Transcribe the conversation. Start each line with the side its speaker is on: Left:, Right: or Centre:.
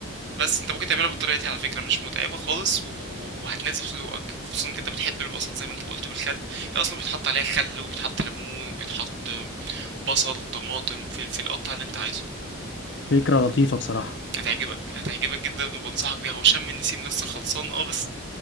Right: بس انت ممكن تعملها بالطريقه دي على فكره مش متعبه خالص و- وهتناسب سلوقك خصوصا انك انت بتحب البصل زي ما انت قلت بالخل هي اصلا بيتحط عليها خل وبيتحط ليمون وبيتحط بصل طماطم فلفل قطع اللي انت عايزه
Left: فكرة لطيفة بصراحة
Right: هتعجبك هتعجبك جدا وبنصحك بيها هو شم النسيم لسه خلصان اه بس